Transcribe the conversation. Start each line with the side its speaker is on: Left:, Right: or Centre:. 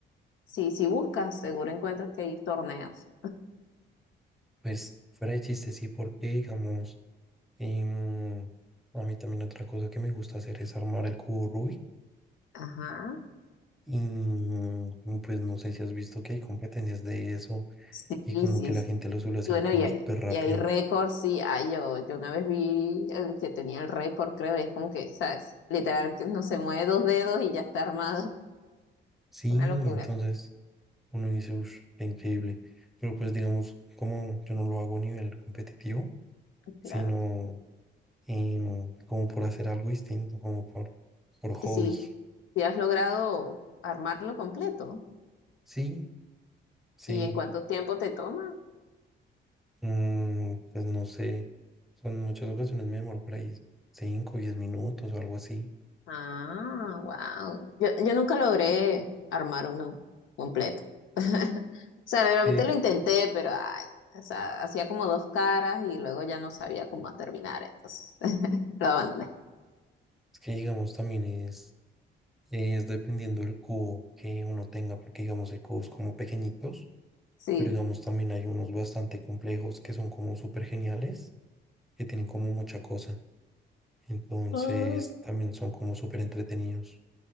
Left: sí, si buscas, seguro encuentras que hay torneos.
Centre: pues fuera de chiste, sí, porque digamos, em, a mí también otra cosa que me gusta hacer es armar el cubo Rubik.
Left: Ajá,
Centre: Y mm, pues no sé si has visto que hay competencias de eso
Left: sí,
Centre: y como
Left: sí.
Centre: que la
Left: sí.
Centre: gente lo suele hacer
Left: Y bueno,
Centre: como
Left: y, hay-
Centre: súper rápido.
Left: y hay récords, sí. Ah, yo, yo una vez vi el que tenía el récord, creo, y es como que, ¿sabes? Literal, que no se mueve dos dedos y ya está armado. <laughs>
Centre: Sí,
Left: Una locura.
Centre: entonces uno dice, uff, increíble. Pero pues digamos, como yo no lo hago a nivel competitivo, sino
Left: Claro.
Centre: em, como por hacer algo distinto, como por, por hobby.
Left: Y si, si has logrado armarlo completo,
Centre: Sí, sí,
Left: ¿y en cuánto tiempo te toma?
Centre: mm, pues no sé, son muchas ocasiones me demoro por ahí cinco, diez minutos o algo así.
Left: Ah, wow. Yo, yo nunca logré armar uno completo. <laughs> O sea, realmente
Centre: Es que,
Left: lo intenté, pero ay, o sea, hacía como dos caras y luego ya no sabía cómo terminar, entonces <laughs> lo abandoné.
Centre: es que digamos también es, es dependiendo del cubo que uno tenga, porque digamos hay cubos como pequeñitos,
Left: Sí.
Centre: pero digamos también hay unos bastante complejos que son como súper geniales, que tienen como mucha cosa. Entonces
Left: Ah.
Centre: también son como súper entretenidos.